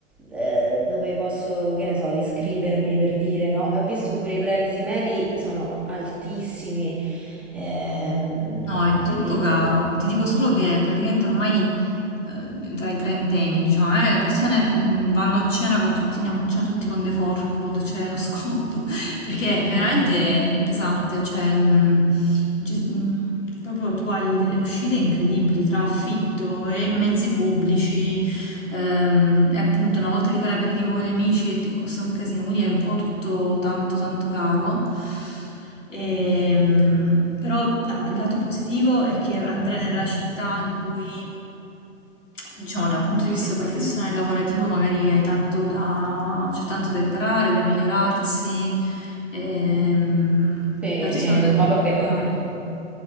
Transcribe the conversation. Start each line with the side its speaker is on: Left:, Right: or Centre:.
Centre: eh, dove posso, che ne so, iscrivermi per dire, no? Ho visto pure i prezzi medi sono altissimi, ehm,
Left: No, è
Centre: quindi,
Left: tutto
Centre: boh,
Left: caro.
Centre: mm,
Left: Ti dico solo che praticamente ormai eh, tra i trentenni, diciamo, eh, le persone mh, vanno a cena con tutti, andiamo a cena tutti con dei fork quando c'è lo sconto, <laughs> perché veramente
Centre: ah,
Left: è è pesante, cioè mh, ge- mh, proprio tu hai delle uscite incredibili tra affitto e mezzi pubblici, Ehm, e appunto una volta di fare aperitivo con gli amici e, e costa un casino, quindi è un po' tutto tanto tanto caro. Ehm, però ah, il lato positivo è che andrai nella città in cui, diciamo, dal punto di
Centre: sì,
Left: vista professionale e lavorativo magari hai tanto da, c'è tanto da imparare, da migliorarsi, ehm,
Centre: sì,
Left: persone
Centre: sì,
Left: da
Centre: ma
Left: cui
Centre: vabbè.
Left: imparare.